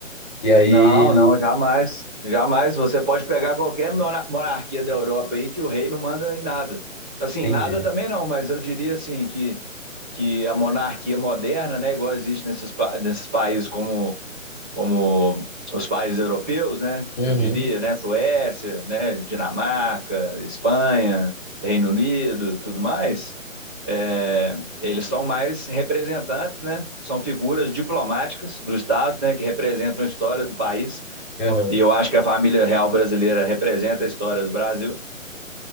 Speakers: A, on the left; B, in the centre.
A: E aí,
B: Não, não, jamais. Jamais. Você pode pegar qualquer mona- monarquia da Europa aí que o rei não manda em nada. Assim,
A: entendi.
B: nada também não, mas eu diria assim que, que a monarquia moderna, né, igual existe nesses, pa- nesses países como como os países europeus, né?
A: Uhum,
B: Eu diria, né? Suécia, né? Dinamarca, Espanha, Reino Unido, tudo mais. É, eles são mais representantes, né? São figuras diplomáticas do Estado, né? Que representam a história do país.
A: uhum,
B: E eu acho que a família real brasileira representa a história do Brasil.